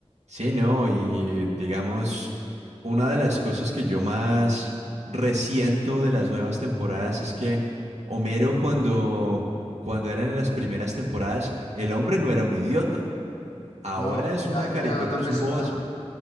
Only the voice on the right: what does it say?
Sí, no, y digamos, una de las cosas que yo más resiento de las nuevas temporadas es que Homero cuando, cuando eran en las primeras temporadas, el hombre no era un idiota. Ahora
es
una caricatura,
es
un bobazo.